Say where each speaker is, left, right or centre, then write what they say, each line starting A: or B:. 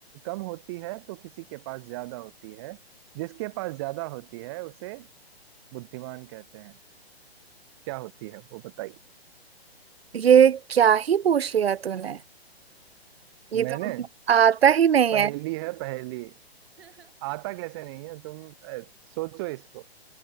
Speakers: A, on the right; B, on the right.
A: कम होती है तो किसी के पास ज्यादा होती है जिसके पास ज्यादा होती है उसे बुद्धिमान कहते हैं क्या होती है वो बताइए
B: ये क्या ही पूछ लिया तूने ये
A: मैंने
B: तो मुझे आता ही नहीं
A: पहेली
B: है
A: है पहेली आता कैसे नहीं है तुम अ, सोचो इसको